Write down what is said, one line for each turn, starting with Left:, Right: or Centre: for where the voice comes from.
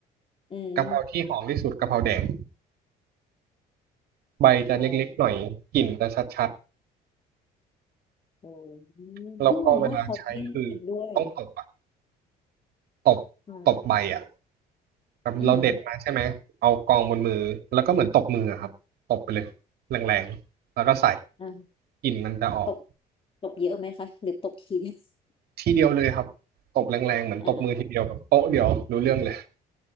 Left: อืม
Right: กะเพราที่หอมที่สุดกะเพราแดงใบจะเล็กๆหน่อยกลิ่นจะชัด
Left: อ๋ออื
Right: ๆแล้วก็เวลาใช้คือต้องตบอะ
Left: มเพิ่งรู้ว่าเขาแยกกันด้วย
Right: ตบตบใบอะ
Left: อ่า
Right: แบบเราเด็ดมาใช่ไหมเอากองบนมือแล้วก็เหมือนตบมืออะครับตบไปเลยแรงๆแล้วก็ใส่
Left: อือหืออ่า
Right: กลิ่นมันจะออก
Left: ตบตบเยอะไหมคะหรือตบที <laughs> เดียว
Right: ทีเดียวเลยครับตบแรงๆเหมือนตบมือทีเดียวแบบโป๊ะเดียวรู้เรื่องเลย
Left: อ่า